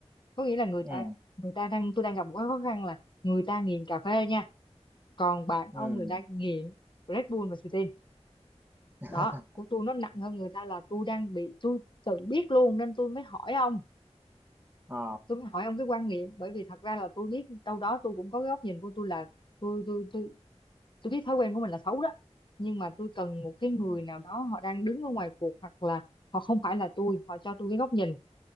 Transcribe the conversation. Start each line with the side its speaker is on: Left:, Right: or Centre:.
Left: có nghĩa là người
Right: ừ
Left: ta người ta đang tôi đang gặp một cái khó khăn là người ta nghiền cà phê nha còn bạn ông
Right: ừ
Left: là đang nghiện Red Bull và Sting
Right: <laughs>
Left: đó của tôi nó nặng hơn người ta là tôi đang bị tôi tự biết luôn nên tôi mới hỏi ông
Right: ờ
Left: tôi mới hỏi ông cái quan niệm bởi vì thật ra là tôi biết đâu đó tôi cũng có cái góc nhìn của tôi là tôi tôi tôi tôi biết thói quen của mình là xấu đó nhưng mà tôi cần một cái người
Right: ừ
Left: nào đó họ đang đứng ở ngoài cuộc hoặc là họ không phải là tôi họ cho tôi cái góc nhìn